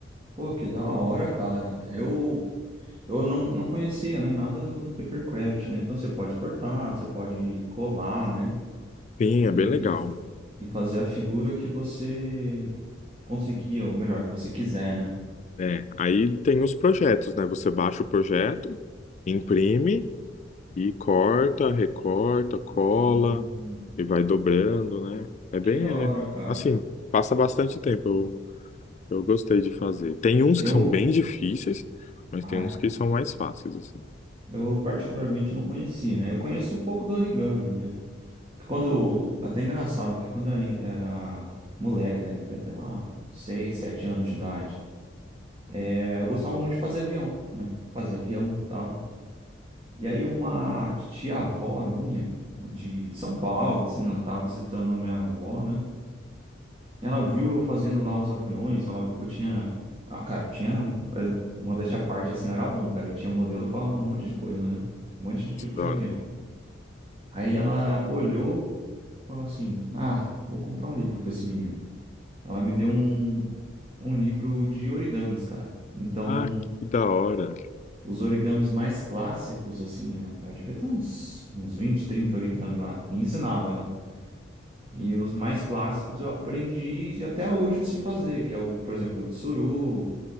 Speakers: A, on the right; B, on the left.
A: Pô, que da hora, cara. Eu, eu não, não conhecia, né, nada do, do papercraft, né? Então você pode cortar, você pode colar, né?
B: Sim, é
A: E,
B: bem legal.
A: e, f- e fazer a figura que você conseguir, ou melhor, que você quiser, né?
B: É, aí tem os projetos, né? Você baixa o projeto, imprime E corta, recorta, cola
A: Hum,
B: e vai dobrando, né? É bem,
A: que da hora,
B: é,
A: cara.
B: assim, passa bastante tempo. Eu, eu gostei de fazer. Tem uns
A: Eu,
B: que são bem difíceis, mas
A: Ah,
B: tem uns que são mais fáceis, assim.
A: eu particularmente não conhecia, né? Eu conheço um pouco do origami, né? Porque Quando, até engraçado, porque quando eu era, era moleque, né? Devia ter lá seis, sete anos de idade. É, eu gostava muito de fazer avião, né? Fazia avião, tal. E aí uma tia-avó minha, de de São Paulo, assim, ela tava visitando minha avó, né? Ela viu eu fazendo lá os aviões, ela viu que eu tinha... Ah, cara, eu tinha um... Modéstia à parte, assim, eu era bom, cara. Eu tinha modelo pra um monte de coisa, né? Um monte
B: Nossa,
A: de tipo
B: que da
A: de
B: hora.
A: avião. Aí ela olhou, e falou assim: Ah, vou comprar um livro pra esse menino. Ela me deu um, um livro de origamis, cara. Então,
B: Ah, que da hora.
A: os origamis mais clássicos, assim, é, eu devia ter uns, uns 20, 30 origami lá. E ensinava, né? E os mais clássicos eu aprendi e até hoje eu sei fazer, que é o, por exemplo, o tsuru,